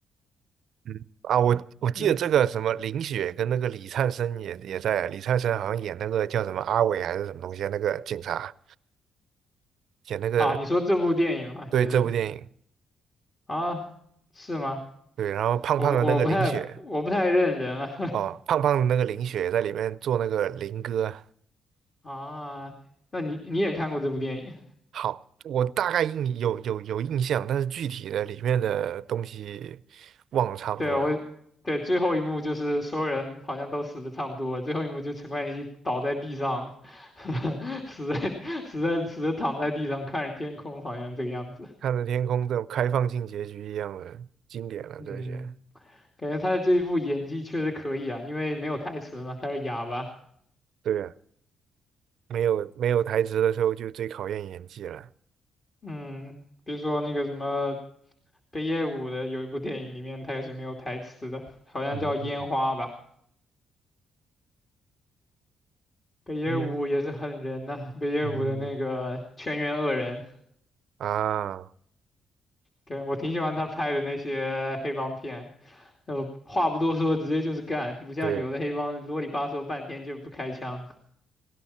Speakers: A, on the right; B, on the left.
A: 嗯，啊，我我记得这个什么林雪跟那个李灿森也也在啊，
B: 嗯，
A: 李灿森好像演那个叫什么阿伟还是什么东西啊，那个警察演那个
B: 啊，你说这部电影吗？
A: 对这部电影
B: 还是啊，是吗？
A: 对，然后胖胖的那个林雪
B: 我我不太我不太认人了
A: 哦，胖胖的那个林雪在里面做那个林哥，
B: <laughs> 啊，那你你也看过这部电影？
A: 好，我大概印有有有印象，但是具体的里面的东西忘了差不多了。
B: 对，我对最后一幕就是所有人好像都死的差不多了，最后一幕就陈冠希倒在地上，<laughs> 死在死在死的躺在地上看着天空，好像这个样子。
A: 看着天空这种开放性结局一样的经典了，
B: 嗯，
A: 这些。
B: 感觉他的这一部演技确实可以啊，因为没有台词嘛，他是哑巴。
A: 对啊，没有没有台词的时候就最考验演技了。
B: 嗯，比如说那个什么北野武的有一部电影里面他也是没有台词的，好像叫《烟花》吧。
A: 嗯，
B: 北野武也是狠人呐、
A: 烟，
B: 北野武的那个全员恶人。
A: 嗯啊，
B: 对，我挺喜欢他拍的那些黑帮片，呃，话不多说，直接就是干，不像有的黑帮啰里吧嗦半天就不开枪，
A: 对，